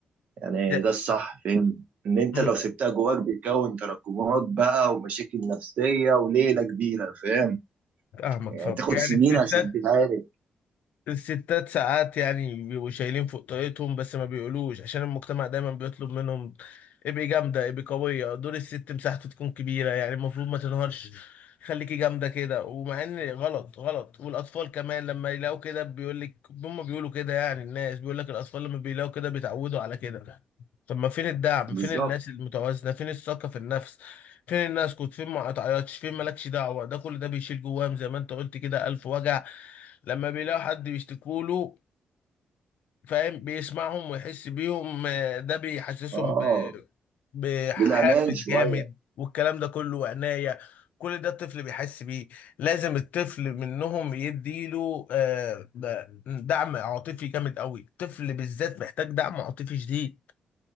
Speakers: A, on the right (about 75°); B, on the left (about 80°).
A: يعني
B: ده-
A: ده الصح فاهم ان انت
B: امم
A: لو سبتها جواك بيكون تراكمات بقى ومشاكل نفسيه وليله كبيره فاهم
B: فاهمك
A: يعني
B: فاهمك
A: تاخد
B: يعني
A: سنين
B: الستات
A: عشان تتعالج
B: الستات ساعات يعني بيبقوا شايلين فوق طاقتهم بس ما بيقولوش عشان المجتمع دايما بيطلب منهم ابقي جامدة ابقي قوية دور الست مساحته تكون كبيرة يعني المفروض ما تنهارش خليكي جامدة كده ومع ان غلط غلط والأطفال كمان لما يلاقوا كده بيقولك هم بيقولوا كده يعني الناس بيقولك الأطفال لما بيلاقوا كده بيتعودوا على كده طب ما فين الدعم
A: بالظبط
B: فين الناس المتوازنة فين الثقة في النفس فين الناس كنت فين ما تعيطش فين مالكش دعوة ده كل ده بيشيل جواهم زي ما انت قلت كده ألف وجع لما بيلاقوا حد بيشتكوا له فاهم بيسمعهم ويحس بيهم آه، ده بيحسسهم
A: اه
B: ب- بحافز
A: بالامان شويه
B: جامد والكلام ده كله وعناية كل ده الطفل بيحس بيه لازم الطفل منهم يديله آه، د- دعم عاطفي جامد قوي الطفل بالذات محتاج دعم عاطفي شديد